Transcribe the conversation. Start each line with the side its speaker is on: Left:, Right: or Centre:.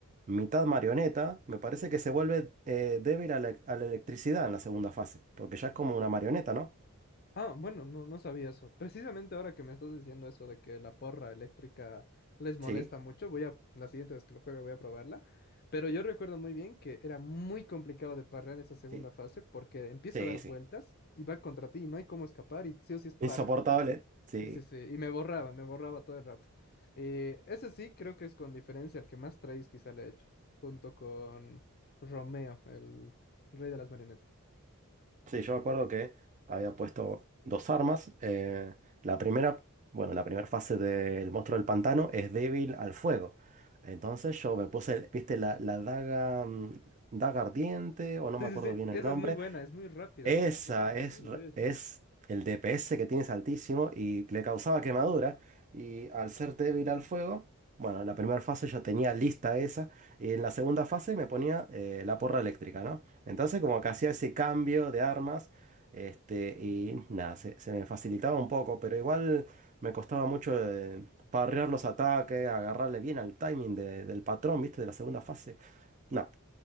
Right: mitad marioneta, me parece que se vuelve eh, débil a la, a la electricidad en la segunda fase, porque ya es como una marioneta, ¿no?
Left: Ah, bueno, no, no sabía eso. Precisamente ahora que me estás diciendo eso de que la porra eléctrica les molesta
Right: Sí.
Left: mucho, voy a, la siguiente vez que lo juegue voy a probarla. Pero yo recuerdo muy bien que era muy complicado de parrear esa segunda
Right: Sí,
Left: fase porque empieza
Right: sí,
Left: a dar vueltas
Right: sí.
Left: y va contra ti y no hay cómo escapar y sí o sí es parrear.
Right: Insoportable. Sí,
Left: Sí, sí, sí. Y me borraba, me borraba todo el rato. Eh, ese sí creo que es con diferencia el que más traes quizá le he hecho, junto con Romeo, el rey de las marionetas.
Right: sí, yo me acuerdo que había puesto dos armas. eh, la primera, bueno, la primera fase del monstruo del pantano es débil al fuego. Entonces yo me puse, viste, la, la daga, mm, daga ardiente, o no
Left: Sí,
Right: me acuerdo
Left: sí, sí,
Right: bien el
Left: esa
Right: nombre,
Left: es muy buena, es muy rápida,
Right: Esa
Left: pega muy rápida.
Right: es,
Left: Uy,
Right: r-
Left: uy.
Right: es el DPS que tienes altísimo y le causaba quemadura. Y al ser débil al fuego, bueno, en la primera fase yo tenía lista esa. Y en la segunda fase me ponía eh, la porra eléctrica, ¿no? Entonces, como que hacía ese cambio de armas. Este, y nada, se, se me facilitaba un poco, pero igual me costaba mucho eh, parrear los ataques, agarrarle bien al timing de- del patrón, ¿viste? De la segunda fase. No